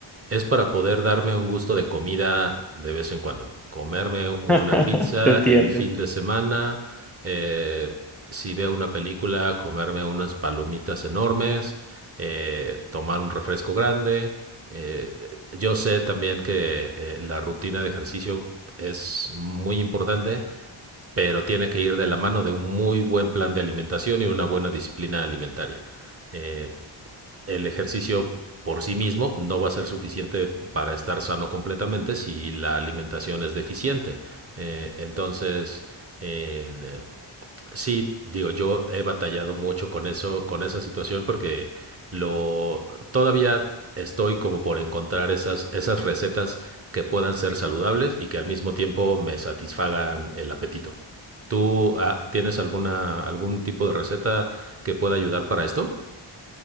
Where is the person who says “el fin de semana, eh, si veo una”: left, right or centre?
Right